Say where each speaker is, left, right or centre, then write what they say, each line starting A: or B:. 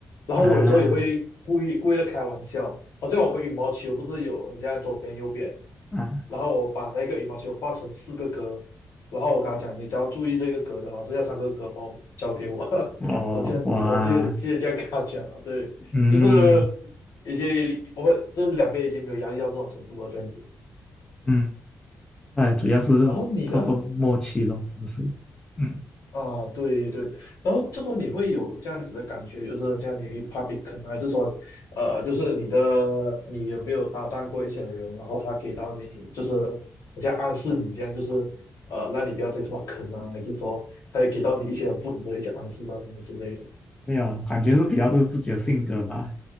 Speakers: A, on the left; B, on the left.
A: 然后我有时候也会故意故意的开玩笑，
B: 啊
A: 好像我们羽毛球不是有你现在左边右边，
B: 啊！
A: 然后我把那个羽毛球画成四个格，然后我跟他讲，你只要注意这个格就好，剩下三个格包交给我。<laughs>
B: 我哇，
A: 我这样子，我直接直接这样跟他讲了，对，
B: 嗯
A: 就是已经我们这两边已经没有压力到这种程度了，这样子。
B: 嗯，哎，主要是透过默契咯，
A: 然后你呢？
B: 是不是？嗯。
A: 啊，对对，然后这么你会有这样子的感觉，就是这样你会怕被坑啊，还是说，呃，就是你的你有没有搭档过一些人，然后他给到你就是好像暗示你这样，就是呃让你不要再这么坑啊，还是说他有给到你一些不同的一些暗示啊什么之类的？
B: 没有，感觉是比较是自己的性格吧，